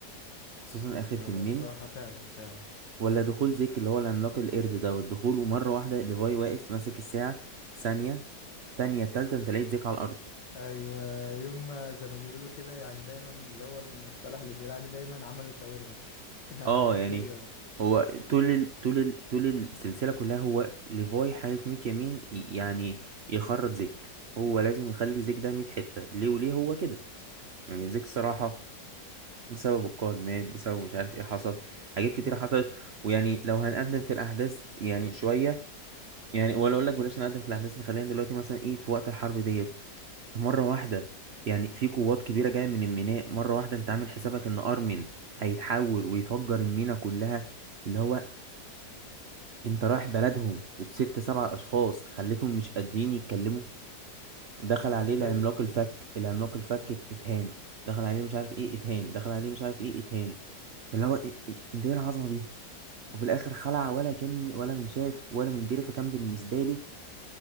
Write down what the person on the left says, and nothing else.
هو
بصراحة فعلا فعلا
ايوه يوم ما- زي ما بيقولوا كده يعني دايما اللي هو المصطلح اللي بيقول عليه دايما عملوا شاورما <laughs> يعني
حرفيا
امم
يعني
حرفيا